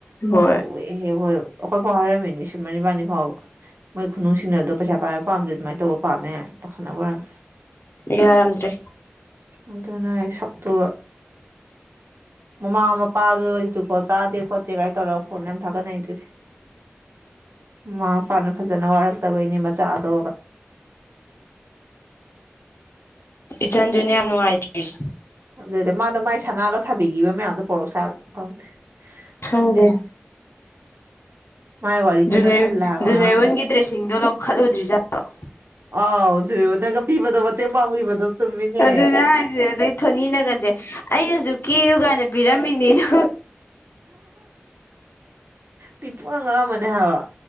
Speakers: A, on the right; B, on the left.
A: ꯑꯗꯨꯒꯗꯤ
B: ꯍꯣꯏ
A: ꯎꯍꯦꯍꯦ ꯍꯣꯏꯦ ꯑꯩꯈꯣꯏ ꯐꯥꯎ ꯍꯥꯏꯔꯝꯃꯤꯅꯤ ꯁꯨꯞꯨꯝ ꯏꯕꯥꯅꯤ ꯐꯥꯎꯕ ꯃꯣꯏ ꯈꯨꯅꯨꯡ ꯁꯤꯟꯅꯗꯣ ꯄꯩꯁꯥ ꯄꯥꯏꯕ ꯄꯥꯝꯗꯦ ꯑꯗꯨꯃꯥꯏꯅ ꯇꯧꯕ ꯄꯥꯝꯃꯦ ꯇꯧꯁꯅꯕ ꯑꯣꯏꯔꯝꯃꯦ
B: ꯌꯥꯔꯝꯗ꯭ꯔꯦ
A: ꯑꯗꯨꯅ ꯑꯩ ꯇꯨꯒꯥ ꯃꯃꯥ ꯃꯄꯥꯗꯨ ꯖꯨꯀꯣꯠ ꯆꯥꯗꯦ ꯈꯣꯠꯇꯦ ꯀꯥꯏꯅ ꯇꯧꯔꯒ ꯐꯣꯟ ꯌꯥꯝ ꯊꯥꯒꯠꯅꯔꯤꯗꯨꯗꯤ ꯃꯃꯥ ꯃꯄꯥꯅ ꯐꯖꯅ ꯋꯥꯔꯛꯇꯕꯩꯅꯦ ꯃꯆꯥꯗꯣ
B: ꯏꯆꯥꯟꯖꯨꯅꯤ ꯌꯥꯝ ꯅꯨꯉꯥꯏꯇꯔꯤꯁꯦ
A: ꯑꯗꯨꯗꯤ ꯃꯥꯗꯣ ꯃꯥꯏ ꯁꯅꯥꯒ ꯁꯥꯕꯤꯈꯤꯕ ꯃꯌꯥꯝꯗꯣ ꯄꯣꯔꯛ ꯁꯥꯂꯣ ꯈꯪꯗꯦ
B: ꯈꯪꯗꯦ
A: ꯈꯪꯅꯤꯡ ꯃꯥꯏ ꯋꯥꯔꯤꯇꯅ
B: ꯖꯨꯅꯩ
A: ꯊꯜꯂꯦ ꯍꯥꯏꯕ
B: ꯖꯨꯟꯔꯩꯋꯥꯟꯒꯤ
A: ꯉꯔꯥꯡ
B: ꯗ꯭ꯔꯦꯁꯁꯤꯡꯗꯣ ꯂꯧꯈꯠꯂꯨꯗ꯭ꯔꯤꯖꯥꯠ ꯂꯣ
A: ꯑꯥꯎ ꯁꯨꯔꯦꯅꯒ ꯄꯤꯕꯗꯣ ꯃꯇꯦꯡ ꯄꯥꯡꯕꯤꯕꯗꯣ ꯆꯨꯝꯃꯤꯅꯦ
B: ꯑꯗꯨꯅꯦ ꯍꯥꯏꯁꯦ ꯑꯗꯩ ꯊꯣꯅꯤꯅꯒꯁꯦ ꯑꯩꯅꯁꯨ ꯀꯦꯌꯨ ꯀꯥꯏꯅ ꯄꯤꯔꯝꯃꯤꯅꯤꯅ
A: ꯃꯤꯄꯨꯝꯉꯛ ꯉꯥꯛ ꯑꯥꯝꯃꯥꯅꯦ ꯍꯥꯏꯕ